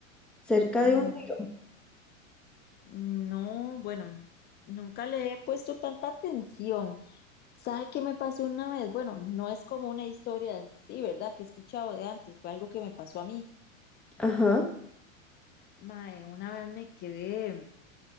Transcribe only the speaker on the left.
Mm.
No, bueno, nunca le he puesto tanta atención. ¿Sabe qué me pasó una vez? Bueno, no es como una historia así, ¿verdad? Que he escuchado de antes, fue algo que me pasó a mí.
Mae, una vez me quedé